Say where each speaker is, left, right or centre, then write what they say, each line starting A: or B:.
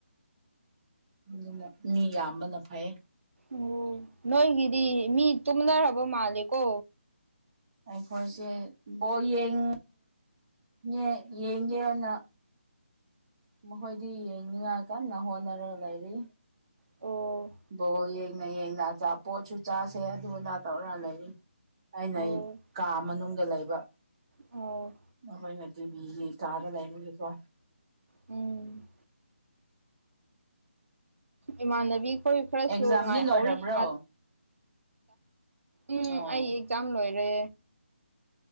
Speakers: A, on the right; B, on the right.
A: ꯑꯗꯨꯅ ꯃꯤ ꯌꯥꯝꯕꯅ ꯐꯩ
B: ꯑꯣ ꯅꯣꯏꯒꯤꯗꯤ ꯃꯤ ꯇꯨꯝꯅꯔꯕ ꯃꯥꯜꯂꯦꯀꯣ
A: ꯑꯩꯈꯣꯏꯁꯦ ꯕꯣꯌꯦꯡ ꯌꯦ ꯌꯦꯒꯦꯅ ꯎ ꯃꯈꯣꯏꯗꯤ ꯌꯦꯡꯅꯤꯉꯥꯏ ꯀꯟꯅ ꯍꯣꯠꯅꯔꯒ ꯂꯩꯔꯤ
B: ꯑꯣ
A: ꯕꯣ ꯌꯦꯡꯅ ꯌꯦꯡꯅꯆꯥ ꯄꯣꯠꯁꯨ ꯆꯥꯁꯦ ꯑꯗꯨꯅ ꯇꯧꯔ ꯂꯩꯔꯤ ꯑꯩꯅ
B: ꯑꯣ
A: ꯑꯩ ꯀꯥ ꯃꯅꯨꯡꯗ ꯂꯩꯕ
B: ꯑꯣ
A: ꯑꯩꯈꯣꯏꯅ ꯇꯤꯚꯁꯤ ꯀꯥꯔ ꯂꯩꯕꯒꯤꯦꯀꯣ
B: ꯎꯝ ꯏꯃꯥꯟꯅꯕꯤꯈꯣꯏ ꯈꯔꯁꯨ
A: ꯑꯦꯛꯖꯥꯝꯗꯤ
B: ꯉꯥꯏꯍꯧꯔꯤ
A: ꯂꯣꯏꯔꯕ꯭ꯔꯣ
B: ꯑ ꯎꯝ
A: ꯑꯣ
B: ꯑꯩ ꯑꯦꯛꯖꯥꯝ ꯂꯣꯏꯔꯦ